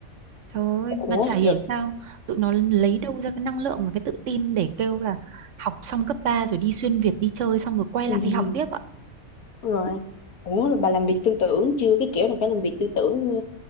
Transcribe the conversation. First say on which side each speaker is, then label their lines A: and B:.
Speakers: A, on the right; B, on the left.
A: Trời ơi,
B: ủa
A: mà chả hiểu
B: vậy
A: sao tụi nó lấy đâu ra cái năng lượng và cái tự tin để kêu là học xong cấp 3 rồi đi xuyên Việt đi chơi xong rồi quay
B: ừ,
A: lại đi học tiếp ạ.
B: rồi ủa rồi bà làm việc tư tưởng chưa cái kiểu này phải làm việc tư tưởng nha